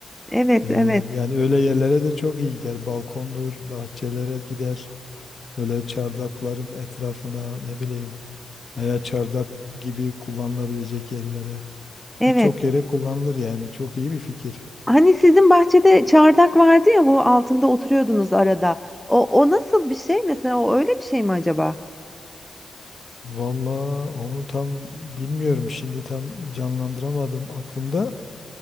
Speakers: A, in the centre; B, on the left.
A: Evet,
B: Ee,
A: evet,
B: yani öyle yerlere de çok iyi gider. Balkondur, bahçelere gider. Böyle çardakların etrafına ne bileyim. veya çardak gibi kullanılabilecek yerlere
A: evet.
B: birçok yere kullanılır yani çok iyi bir fikir.
A: Hani sizin bahçede çardak vardı ya bu altında oturuyordunuz arada. O, o nasıl bir şey mesela o öyle bir şey mi acaba?
B: Valla onu tam bilmiyorum şimdi tam canlandıramadım aklımda